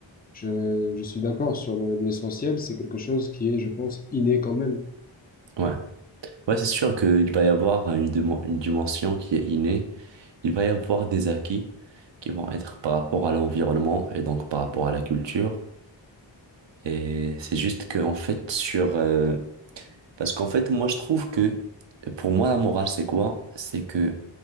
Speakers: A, on the left (about 20°); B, on the right (about 65°).
A: je, je suis d'accord sur le- l'essentiel, c'est quelque chose qui est, je pense, inné quand même.
B: ouais. Ouais, c'est sûr qu'il va y avoir une, dimen- une dimension qui est innée. Il va y avoir des acquis qui vont être par rapport à l'environnement et donc par rapport à la culture. Et c'est juste que, en fait, sur. euh, Parce qu'en fait, moi, je trouve que pour moi, la morale, c'est quoi? C'est que